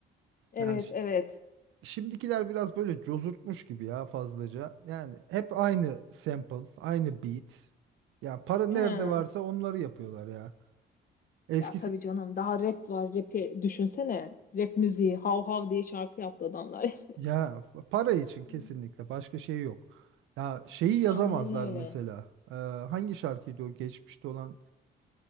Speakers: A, on the left (about 45°); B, on the right (about 85°).
A: Evet
B: Yani
A: evet.
B: Şimdikiler biraz böyle cozurtmuş gibi ya fazlaca. Yani hep aynı sample, aynı beat. Yani para nerede
A: Ha.
B: varsa onları yapıyorlar ya. Eskisi
A: Ya tabii canım daha rap var rapi düşünsene. Rap müziği hav hav diye şarkı yaptı adamlar.
B: ya para için kesinlikle
A: <laughs>
B: başka şey yok. Ya şeyi yazamazlar
A: Aynen öyle.
B: mesela. Ee, hangi şarkıydı o geçmişte olan?